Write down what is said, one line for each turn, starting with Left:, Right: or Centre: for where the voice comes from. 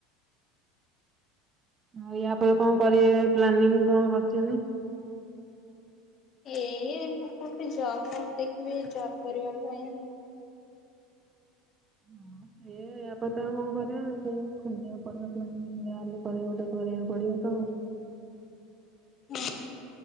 Right: ଆଉ ୟାପରେ କଣ କରିବେ ପ୍ଲାନିଂ କଣ କରିଚନ୍ତି?
Left: ଏଇ କଣ କୋଉଠି ଜବ ଦେଖିବି ଜବ କରିବା ପାଇଁ।
Right: ହଁ ସେ ୟାପରେ ତ ଆଉ କଣ କରିବା ସେ ଖୋଜିବାକୁ ପଡିବା ପଡିବ ଯାହେଲେ କରିବା କୁ ତ କରିବାକୁ ପଡିବ ତ ଆଉ।
Left: ହଁ